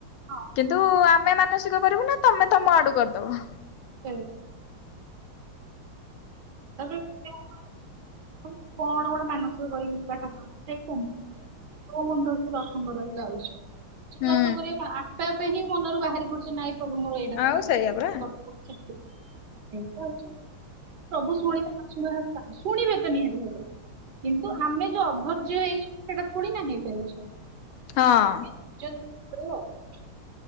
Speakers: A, on the right; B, on the left.
A: ହଁ
B: କିନ୍ତୁ ଆମେ ମାନସିକ କରିବୁ ନା ତମେ ତମ ଆଡୁ କରିଦବ?
A: ହୁଁ। ତମ ମାନେ କଣ କଣ ମାନସିକ କରିକି ଯିବା ଠାରଙ୍କୁ ସେଇ ତ ନୁ ମେ ଯଉ ମନ୍ଦିରକୁ ଦର୍ଶନ କରିବାକୁ ଯାଉଛ ସେଠି
B: ହୁଁ
A: ଦର୍ଶନ କରିବାକୁ କଣ ଆପେ ଆପେ ହିଁ ମନରୁ ବା ବାହାରି ପଡୁଛି ନାଇଁ ପ୍ରଭୁ ମୋର ଏଇଟା ଦରକାର
B: ଆଉ ସେଇଆ
A: ଏମତି
B: ପରା
A: କରିଦବମତି ଏଇ ହଉ ସବୁ ଶୁଣିବେ ନ ଶୁଣ ଶୁଣିବେ ତ ନିହାତି ଭାବରେ। କିନ୍ତୁ ଆମେ ଯୋଉ ଅଭର୍ଯ୍ୟ୍ୟ ହେଇଗଲେ ସେଇଟା ପୁଣି ନା ହେଇପାରିଲୁ ସବୁ ଟିକେ
B: ହଁ।
A: ଧଜ୍ୟା ଧରିବାକୁ ପଡ଼ିବ ଆଉ